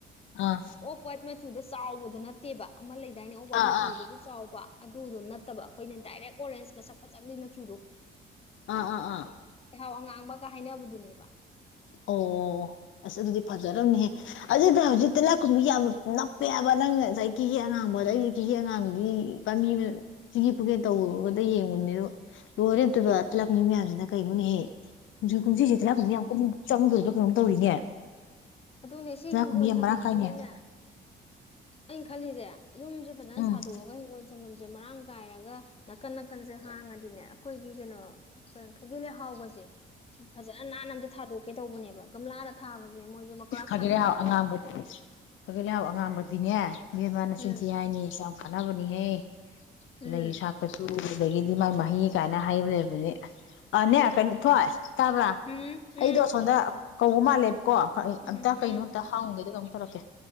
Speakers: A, on the left; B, on the left.
A: ꯑꯥ
B: ꯑꯣꯐ ꯋꯥꯏꯠ ꯁꯤꯗ ꯆꯥꯎꯕꯗꯨ ꯅꯠꯇꯦꯕ ꯑꯃ ꯂꯩꯗꯥꯏꯅꯦ ꯑꯣꯕ ꯋꯥꯏꯠ
A: ꯑꯥ
B: ꯃꯆꯨꯗꯁꯨ
A: ꯑꯥ ꯑꯥ
B: ꯆꯥꯎꯕ ꯑꯗꯨꯗꯣ ꯅꯠꯇꯕ ꯑꯩꯈꯣꯏꯅ ꯗꯥꯏꯔꯦꯛ ꯑꯣꯔꯦꯟꯖ ꯃꯁꯛ ꯐꯖꯝꯅꯦ ꯃꯆꯨꯗꯣ
A: ꯑꯥ ꯑꯥ ꯑꯥ
B: ꯂꯩꯍꯥꯎ ꯑꯉꯥꯡꯕ ꯀ ꯍꯥꯏꯅꯕꯗꯨꯅꯦꯕ
A: ꯑꯣ ꯑꯁ ꯑꯗꯨꯗꯤ ꯐꯖꯔꯝꯅꯤꯍꯦ ꯑꯗꯨꯗ ꯍꯧꯖꯤꯛꯇ ꯇꯦꯂꯥꯏꯈꯨꯝꯕꯤ ꯌꯥꯝ ꯅꯞꯄꯦꯍꯕ ꯅꯪꯅ ꯉꯁꯥꯏ ꯀꯦꯒꯦ ꯑꯉꯥꯡꯕꯗ ꯑꯩꯗꯤ ꯀꯦꯒꯦ ꯑꯉꯥꯡꯕꯒꯤ ꯄꯥꯝꯕꯤꯅ ꯁꯤꯒꯤ ꯐꯨꯒꯦ ꯇꯧꯕꯗ ꯌꯦꯡꯉꯨ ꯅꯤꯔꯨ ꯂꯣꯏꯔꯦ ꯑꯝꯇꯣꯏꯕ ꯇꯤꯂꯥꯏꯈꯣꯝꯕꯤ ꯃꯌꯥꯝꯁꯤꯅ ꯀꯩꯅꯣꯅꯦꯍꯦ ꯀꯨꯝꯁꯤꯁꯦ
B: ꯎꯝ
A: ꯇꯦꯂꯥꯏꯈꯨꯝꯕꯤ ꯌꯥꯃ ꯀꯨꯝ ꯆꯪꯗꯣꯏꯕ ꯀꯩꯅꯣꯝ ꯇꯧꯔꯤꯅꯦ
B: ꯑꯗꯨꯅꯦ ꯁꯤ
A: ꯇꯤꯜꯍꯥ
B: ꯍꯤꯡꯒꯣꯜ
A: ꯈꯨꯝꯕꯤ ꯌꯥꯝ
B: ꯁꯝꯕꯜꯁꯤꯅꯅꯦ
A: ꯃꯔꯥꯡ ꯀꯥꯏꯅꯦ
B: ꯑꯩꯅ ꯈꯜꯂꯤꯁꯦ ꯌꯨꯝꯁꯦ ꯐꯖꯅ
A: ꯎꯝ
B: ꯁꯥꯗꯣꯛꯑꯒ ꯍꯤꯡꯒꯣꯜ ꯁꯪꯒꯝꯁꯦ ꯃꯔꯥꯡ ꯀꯥꯏꯔꯒ ꯅꯥꯀꯟ ꯅꯥꯀꯟꯁꯦ ꯍꯥꯡꯉꯗꯤꯅꯦ ꯑꯩꯈꯣꯏꯒꯤ ꯀꯩꯅꯣ ꯀꯩ ꯈꯒꯤ ꯂꯩ ꯍꯥꯎꯕꯁꯦ ꯊꯤ ꯐꯖꯅ ꯅꯥꯟꯅ ꯑꯝꯇ ꯊꯥꯗꯣꯛ ꯀꯩ ꯇꯧꯕꯅꯦꯕ ꯒꯝꯂꯥꯗ ꯊꯥꯕꯅꯦ ꯃꯣꯏꯁꯦ ꯃꯀ꯭ꯂꯥꯛ
A: ꯏꯁ ꯈꯥꯒꯤꯂꯩꯍꯥꯎ
B: ꯁꯥꯡꯒꯠꯂꯛꯑꯒ
A: ꯑꯉꯥꯡꯕ ꯈꯒꯤꯂꯩꯍꯥꯎ ꯑꯉꯥꯡꯕꯗꯤꯅꯦ ꯕꯦꯝꯃꯥ ꯅꯆꯤꯟꯊꯤ
B: ꯎꯝ
A: ꯍꯥꯏꯅꯤ ꯌꯥꯝ ꯀꯥꯟꯅꯕꯅꯤꯍꯦ
B: ꯎꯝ
A: ꯂꯩ ꯁꯥꯄꯁꯨ ꯑꯗꯒꯤꯗꯤ ꯃꯥꯏ ꯃꯍꯩ ꯀꯥꯏꯅ ꯍꯥꯏꯕ ꯂꯩꯕꯅꯦ ꯑꯅꯦ
B: ꯎꯝ
A: ꯀꯩꯅꯣ ꯊꯣꯏ ꯇꯥꯕ꯭ꯔꯥ
B: ꯎꯝ ꯎꯝ
A: ꯑꯩꯗꯣ ꯁꯣꯝꯗ ꯀꯧꯕ ꯃꯥꯂꯦꯞ ꯀꯣ ꯑꯩ
B: ꯎꯝ
A: ꯑꯝꯇ
B: ꯎꯝ
A: ꯀꯩꯅꯣ ꯑꯝꯇ ꯍꯡꯎꯒꯦꯗ ꯇꯧꯔꯀꯦ